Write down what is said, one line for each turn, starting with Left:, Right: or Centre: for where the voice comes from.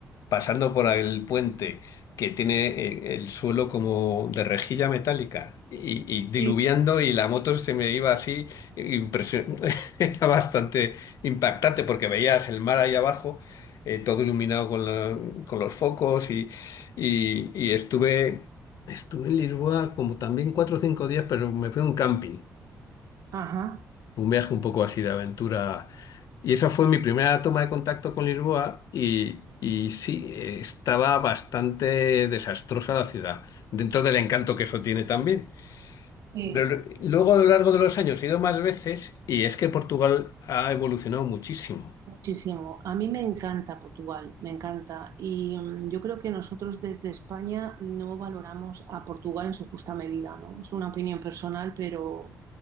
Left: pasando por el puente que tiene eh, el suelo como de rejilla metálica y, y diluviando
Right: Sí.
Left: y la moto se me iba así, impresión- <laughs> era bastante impactante porque veías el mar ahí abajo, eh, todo iluminado con, la- con los focos y, y- y estuve, estuve en Lisboa como también cuatro o cinco días, pero me fui a un camping
Right: Ajá.
Left: un viaje un poco así de aventura. Y esa fue mi primera toma de contacto con Lisboa y, y sí, eh, estaba bastante desastrosa la ciudad, dentro del encanto que eso tiene también.
Right: Sí.
Left: Pero lo- luego a lo largo de los años he ido más veces y es que Portugal ha evolucionado muchísimo.
Right: Muchísimo. A mí me encanta Portugal, me encanta. Y mm, yo creo que nosotros desde España no valoramos a Portugal en su justa medida, ¿no? Es una opinión personal, pero,